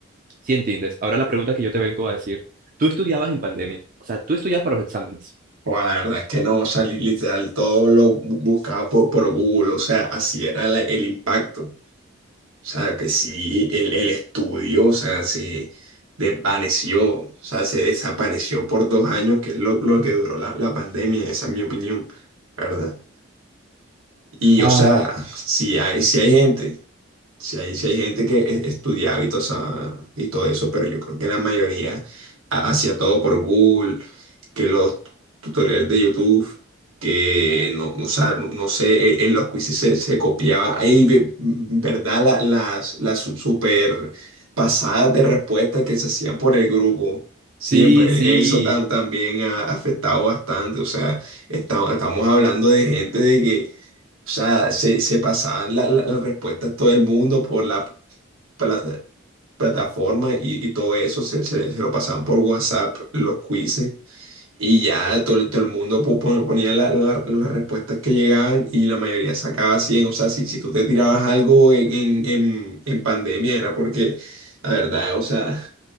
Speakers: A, on the right; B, on the right.
A: ¿Sí entiendes? Ahora la pregunta que yo te vengo a decir, tú estudiabas en pandemia, o sea, tú estudiabas para los exámenes.
B: O la verdad es que no, salí literal, todo lo bu- buscaba por, por Google, o sea, así era la- el impacto. O sea, que sí, el, el estudio, o sea, se desvaneció, o sea, se desapareció por dos años, que es lo, lo que duró la, la pandemia, esa es mi opinión, ¿verdad? Y,
A: Ah,
B: o sea, si hay, si hay gente. Si hay, si hay gente que es- estudiaba y todo, esa- y todo eso, pero yo creo que la mayoría ha- hacía todo por Google, que los tutoriales de YouTube, que no, no, sa- no no sé, e- en los quizzes se, se copiaba. Hay, ve- mm, ¿verdad? La- las las su- super pasadas de respuestas que se hacían por el grupo. Siempre,
A: Sí, sí.
B: eso tam- también ha afectado bastante. O sea, estamos, estamos hablando de gente de que o sea, se, se pasaban la- la- las respuestas todo el mundo por la, por plataforma y, y todo eso, se, se- se lo pasaban por WhatsApp, los quizzes, y ya todo, el todo el mundo po- pon- ponía la- la- las respuestas que llegaban y la mayoría sacaba 100. O sea, si, si tú te tirabas algo en, en, en, en pandemia era porque, la verdad, o sea,